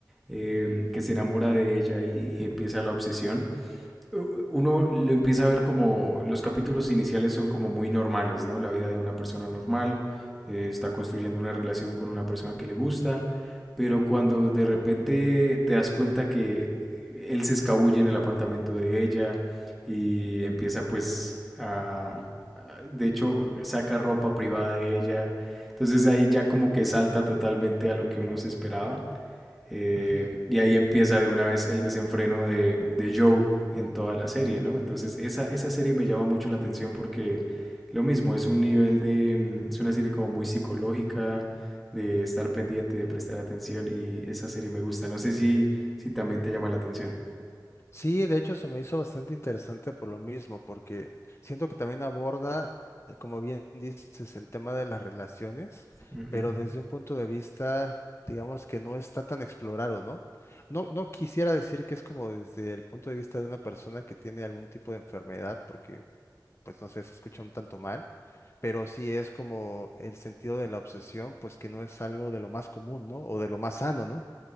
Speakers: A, in the centre; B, on the left.
A: em, que se enamora de ella y, y empieza la obsesión, uno lo empieza a ver como los capítulos iniciales son como muy normales, ¿no? La vida de una persona normal, eh, está construyendo una relación con una persona que le gusta, pero cuando de repente te das cuenta que eh, él se escabulle en el apartamento de ella y empieza pues a, a- de hecho, saca ropa privada de ella, entonces ahí ya como que salta totalmente a lo que uno se esperaba eh,
B: <laughs>
A: y ahí empieza de una vez el desenfreno de, de Joe en toda la serie, ¿no? Entonces esa, esa serie me llama mucho la atención porque lo mismo, es un nivel de, mm, es una serie como muy psicológica, de estar pendiente, de prestar atención y esa serie me gusta. No sé si, si también te llama la atención.
B: Sí, de hecho se me hizo bastante interesante por lo mismo, porque siento que también aborda, eh, como bien dices, el tema de las relaciones,
A: Ujú.
B: pero desde un punto de vista, digamos que no está tan explorado, ¿no? No, no quisiera decir que es como desde el punto de vista de una persona que tiene algún tipo de enfermedad, porque pues no sé, se escucha un tanto mal, pero sí es como el sentido de la obsesión, pues que no es algo de lo más común, ¿no? O de lo más sano, ¿no?